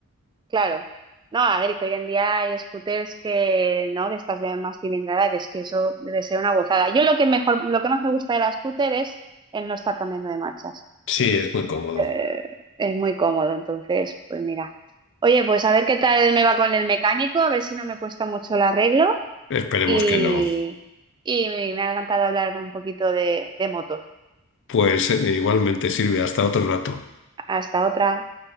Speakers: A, on the right; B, on the left.
A: claro. No, a ver, y que hoy en día hay scooters que, ¿no? De estas de más cilindrada, que es que eso debe ser una gozada. Yo lo que mejor, lo que más me gusta de la scooter es el no estar cambiando de marchas.
B: Sí, es muy cómodo.
A: eh, es muy cómodo, entonces, pues mira. Oye, pues a ver qué tal me va con el mecánico, a ver si no me cuesta mucho el arreglo
B: Esperemos
A: y,
B: que no.
A: y me ha encantado hablar un poquito de, de motos.
B: Pues eh, igualmente sirve hasta otro rato.
A: Hasta otra.